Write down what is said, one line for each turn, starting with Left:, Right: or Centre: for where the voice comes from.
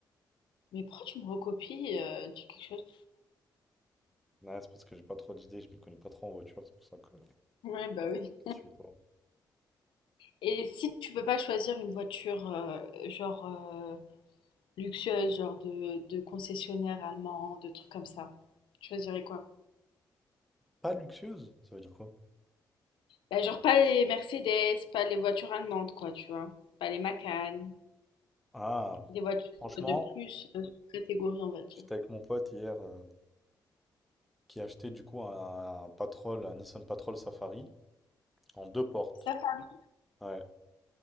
Left: Mais pourquoi tu me recopies euh, tu- quelque chose?
Centre: Ouais, c'est parce que j'ai pas trop d'idées, je m'y connais pas trop en voiture, c'est pour ça que
Left: Ouais, bah oui.
Centre: je suis pas.
Left: Et si tu peux pas choisir une voiture, euh, genre euh, luxueuses, genre de, de concessionnaires allemands, de trucs comme ça. Tu choisirais quoi?
Centre: Pas luxueuse, ça veut dire quoi?
Left: Bah, genre pas les Mercedes, pas les voitures allemandes, quoi, tu vois. Pas les Macan,
Centre: Ah,
Left: des voitures
Centre: franchement,
Left: de plus euh, catégorie, on va dire.
Centre: j'étais avec mon pote hier euh, qui achetait du coup un, un Patrol, un Nissan Patrol Safari en deux portes.
Left: Ça, par-
Centre: Ouais.